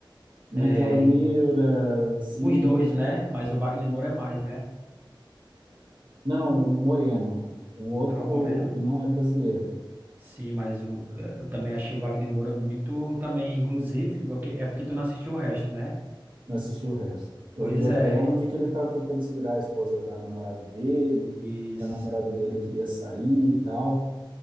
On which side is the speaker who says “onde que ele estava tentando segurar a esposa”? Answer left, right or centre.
Right